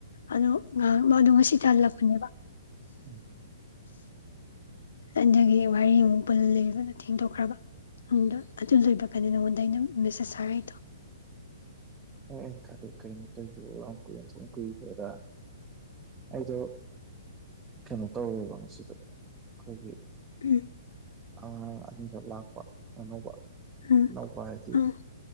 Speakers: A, on the left (about 65°); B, on the right (about 20°).
A: ꯑꯗꯣ ꯃꯗꯣ ꯉꯁꯤꯇꯥ ꯍꯜꯂꯛꯄꯅꯦꯕ
B: ꯑꯩ
A: ꯑꯗꯒꯤ, ꯋꯥꯔꯤ ꯑꯃꯨꯛ ꯄꯨꯜꯂ ꯂꯩꯕꯅ ꯊꯦꯡꯗꯣꯛꯈ꯭ꯔꯕ꯫ ꯪꯑꯗꯨ ꯂꯣꯏꯕꯒꯅꯦ ꯅꯉꯣꯟꯗ ꯑꯩꯅ ꯃꯦꯁꯦꯁ ꯊꯥꯔꯛꯏꯗꯣ꯫
B: ꯑꯩꯅ ꯈꯜꯂꯦ ꯀꯩꯅꯣ ꯇꯧꯏꯁꯤꯕꯣ ꯌꯥꯝ ꯀꯨꯏꯅ ꯁꯨꯝ ꯀꯨꯏꯈ꯭ꯔꯦꯗ ꯍꯥꯏꯅ꯫ ꯑꯩꯗꯣ ꯀꯩꯅꯣ ꯇꯧꯋꯦꯕ ꯉꯁꯤꯗꯣ ꯑꯩꯈꯣꯏꯒꯤ,
A: ꯎꯝ
B: ꯑꯉꯥꯡ ꯑꯅꯤꯈꯛ ꯂꯥꯛꯄ ꯑꯅꯧꯕ꯫
A: ꯎꯝ
B: ꯏꯅꯥꯎꯄꯥ ꯍꯥꯏꯁꯤ
A: ꯎꯝ